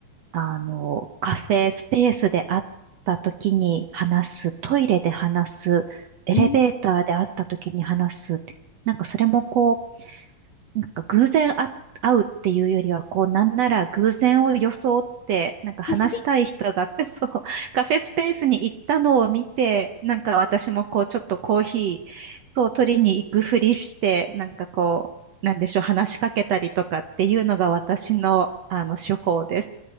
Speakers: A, on the right; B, on the left.
A: あの、カフェスペースで会った時に話す、トイレで話す、エレベーターで会った時に話す、
B: うん。
A: なんかそれもこう、なんか偶然あ会うっていうよりは、こう、なんなら偶然を装って、なんか話したい人が、
B: うん
A: <laughs> そう、カフェスペースに行ったのを見て、なんか私もこう、ちょっとコーヒー、そう、取りに行くふりして、なんかこう、なんでしょう、話しかけたりとかっていうのが私の、あの、手法です。